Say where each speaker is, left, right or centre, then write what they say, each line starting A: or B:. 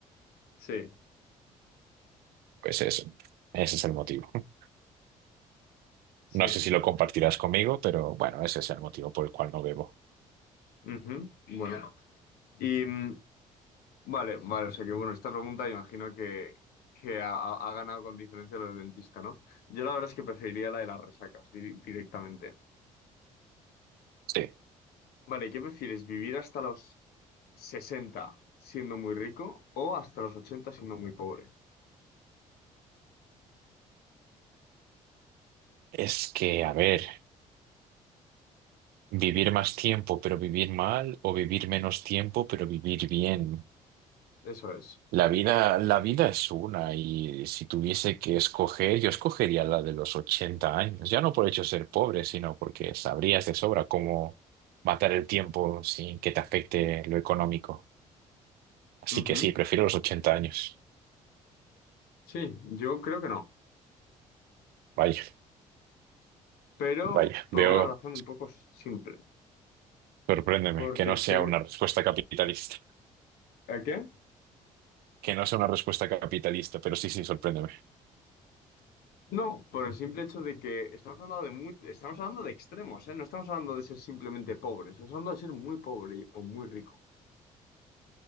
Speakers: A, on the left (about 70°); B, on the right (about 70°).
A: Sí,
B: Pues eso, ese es el motivo. <laughs>
A: sí.
B: No sé si lo compartirás conmigo, pero bueno, ese es el motivo por el cual no bebo.
A: ujú, Bueno. Y mm, vale, vale, o sea que bueno, esta pregunta imagino que, que ha, ha- ha ganado con diferencia lo del dentista, ¿no? Yo la verdad es que preferiría la de las resacas di- directamente.
B: Sí.
A: Vale, ¿qué prefieres? ¿Vivir hasta los 60 siendo muy rico o hasta los 80 siendo muy pobre?
B: Es que, a ver. Vivir más tiempo, pero vivir mal, o vivir menos tiempo, pero vivir bien.
A: Eso es.
B: La vida, la vida es una, y si tuviese que escoger, yo escogería la de los 80 años. Ya no por hecho ser pobre, sino porque sabrías de sobra cómo matar el tiempo sin que te afecte lo económico. Así
A: Ujú,
B: que sí, prefiero los ochenta años.
A: Sí, yo creo que no.
B: Vaya,
A: pero
B: vaya.
A: por
B: Veo,
A: una razón un poco simple.
B: sorpréndeme,
A: Porque,
B: que no sea
A: cre-
B: una respuesta capitalista.
A: ¿a qué?
B: Que no sea una respuesta capitalista, pero sí, sí, sorpréndeme.
A: No, por el simple hecho de que estamos hablando de muy, estamos hablando de extremos, ¿eh? No estamos hablando de ser simplemente pobres, estamos hablando de ser muy pobre o muy rico.